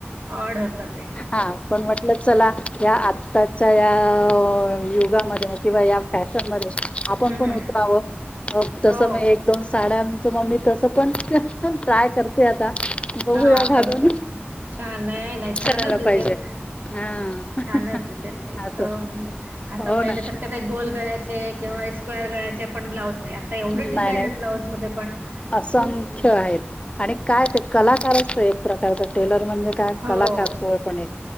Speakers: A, on the right; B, on the left.
A: ऑड होतं ते.
B: हा, पण म्हटलं, चला या आत्ताच्या या युगामध्येध किंवा या फॅशन मध्ये आपण
A: हं,
B: पण उतरावं तस
A: हो.
B: मग एक दोन साड्यांच मग मी पण पण ट्राय करते आता. बगुया
A: हां,
B: घालून
A: बरोबर. छान नाही नाही छानच
B: करायला
A: दिसेल
B: पाहिजे हा
A: छानच दिसेल इतकं
B: असं
A: म्हणजे आता
B: हो
A: पहिल्यासारखं
B: ना
A: ते गोल गळ्याचे किंवा स्क्वेर गळ्याचे पण ब्लाऊज नाही आता एवढे
B: नाही
A: डिझाईन
B: नाही
A: आहेत ब्लाऊज मध्ये पण
B: असंख्य
A: खूप -
B: आहेत आणि काय ते कलाकारच एक प्रकारच टेलर - काय
A: हो
B: कला करतोय पण एक